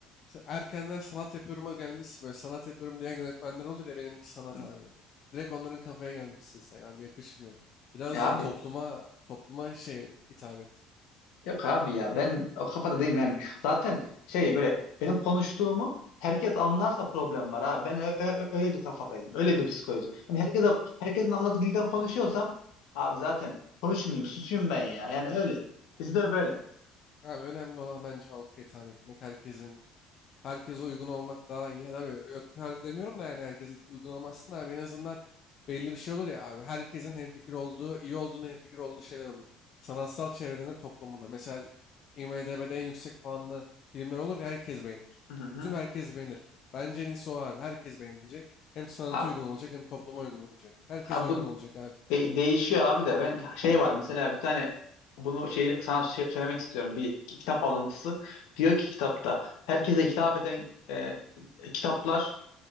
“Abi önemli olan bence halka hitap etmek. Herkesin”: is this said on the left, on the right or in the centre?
Left